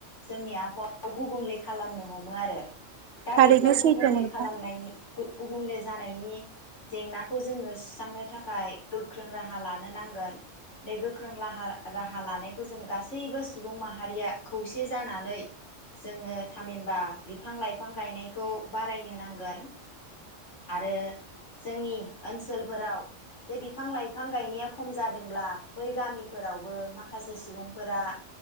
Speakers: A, on the left; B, on the right.
A: जोंनि आब वाखौ गुबुंले खालामनो हमो आरो । दा
B: थारैनो
A: बेफोर
B: सैथो
A: गुबुंले
B: नोंथां
A: खालामनाय गुबुंले जानायनि जेंनाखौ जोंनो सुस्रांनो थाखाय गोख्रों राहा लानो नांगोन बे गोख्रों लाहा राहा लानायखौ जों गासैबो सुबुं माहारिया खौसे जानानै जोङो थामहिनबा बिफां लाइफां गायनायखौ बारायनो नांगोन आरो जोंनि ओनसोलफोराव जे बिफां लाइफां गायनाया ख खम जादोंब्ला बै गामिफोरावबो माखासे सुबुंफोरा